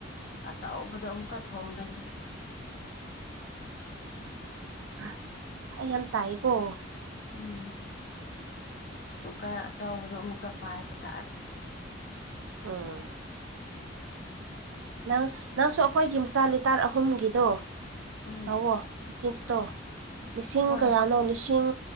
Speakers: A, on the left; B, on the right.
A: ꯑꯆꯕꯗꯣ ꯑꯃꯨꯛꯀ ꯊꯣꯡꯡꯂꯅꯤ
B: ꯍ ꯑꯩ ꯌꯥꯝ ꯇꯥꯏꯌꯦꯀꯣ
A: ꯎꯝ ꯀꯨꯀꯔ ꯑꯆꯕꯗꯣ ꯑꯃꯨꯛꯀ ꯄꯥꯏꯕ ꯇꯥꯔꯦ
B: ꯎꯝ ꯅꯪ ꯅꯪꯁꯨ ꯑꯩꯈꯣꯏꯒꯤ ꯃꯆꯥ ꯂꯤꯇꯔ ꯑꯍꯨꯝꯒꯤꯗꯣ
A: ꯎꯝ
B: <unintelligible> ꯂꯤꯁꯤꯡ
A: ꯍꯣꯏ
B: ꯀꯌꯥꯅꯣ ꯂꯤꯁꯤꯡ